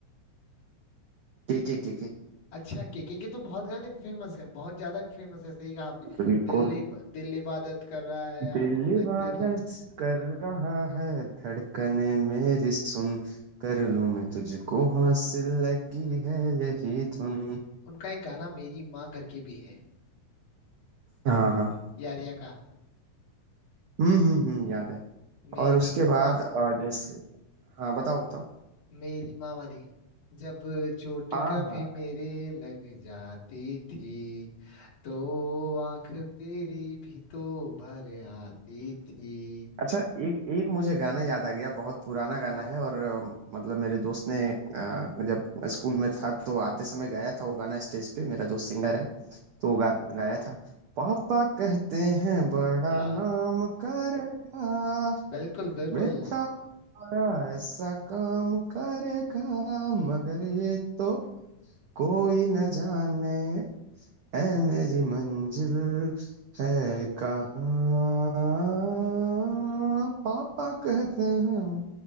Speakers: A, on the right; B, on the left.
A: केके के के
B: अच्छा केके के तो बहुत गाने फेमस हैं बहुत ज्यादा फेमस है सही कहा आपने
A: बिल्कुल
B: दिल्ली दिल इबादत कर रहा है आंखों
A: दिल
B: में
A: इबादत
B: तेरी
A: कर रहा है धड़कने मेरी सुन कर लूं मैं तुझको हासिल लगी है यही धुन
B: उनका एक गाना मेरी माँ करके भी है
A: हाँ हाँ
B: यारिया का
A: हम्म हम्म हम्म याद है
B: मेरी
A: और उसके
B: माँ
A: बाद अ, जैसे हाँ बताओ बताओ
B: मेरी माँ वाली जब चोट
A: हाँ
B: कभी
A: हाँ
B: मेरे लग जाती थी तो आंख तेरी भी तो भर आती थी
A: अच्छा एक एक मुझे गाना याद आ गया बहुत पुराना गाना है और अम, मतलब मेरे दोस्त ने अ, जब स्कूल में था तो आते समय गाया था वो गाना स्टेज पे मेरा दोस्त सिंगर है तो वो गा, गाया था पापा कहते हैं बड़ा
B: बड़ा
A: नाम करेगा
B: बिल्कुल बिल्कुल
A: बेटा बड़ा ऐसा काम करेगा मगर ये तो कोई न जाने ऐ मेरी मंजिल है कहाँ पापा कहते हैं